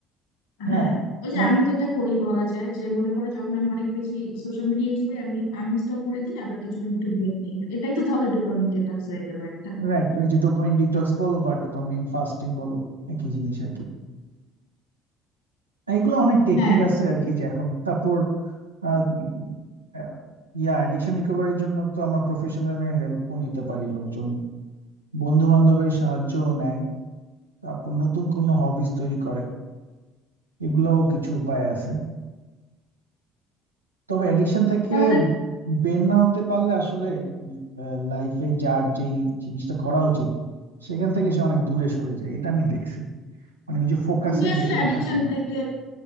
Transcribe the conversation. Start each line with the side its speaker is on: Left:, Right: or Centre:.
Right: হ্যাঁ
Left: হ্যাঁ ওই যে
Right: মানে
Left: আমি যেটা করি বলা যায় যে মনে করো যখন আমি অনেক বেশি সোশ্যাল মিডিয়া ইউজ করি আমি আনইনস্টল করে দিই আবার কিছুদিন একটু ব্রেক নিই এটাই তো তাহলে ডোপামিন ডিটক্স হয়ে গেল একটা
Right: রাইট ওই যে ডোপামিন ডিটক্স বলো বা ডোপামিন ফাস্টিং বলো একই জিনিস আর কি এগুলো অনেক টেকনিক
Left: হ্যাঁ
Right: আছে আর কি যে এখন তারপর আহ, উম, আহ, ইয়া অ্যাডিকশন রিকভারির জন্য তো আমরা প্রফেশনাল হেল্প নিতে পারি লোকজন বন্ধু বান্ধবের সাহায্যও নেয় তারপর নতুন কোনো হবিস তৈরি করে এগুলোও কিছু উপায় আছে তবে অ্যাডিকশন থেকে
Left: তাহলে
Right: বের না হতে পারলে আসলে লাইফে যার যেই জিনিসটা করা উচিত সেখান থেকে সে অনেক দূরে সরে যায় এটা আমি দেখছি মানে ওই যে ফোকাসের
Left: তুমি আসলে
Right: বিষয়টা
Left: অ্যাডিকশন
Right: থাকে না
Left: থেকে